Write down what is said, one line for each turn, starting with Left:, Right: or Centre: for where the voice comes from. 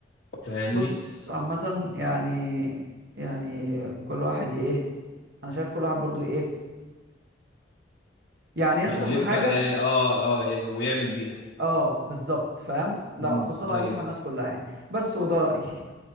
Left: فاهمني
Right: بص عامة يعني يعني كل واحد ي- ايه انا شايف كل واحد برضو ي- ايه يعني ينصح
Left: يخلفنا
Right: بحاجة
Left: يعني اه اه ويعمل بيها
Right: اه بالظبط فاهم لا
Left: مم.
Right: خصوصا لو
Left: ايوه
Right: ينصح الناس كلها يعني بس وده رأيي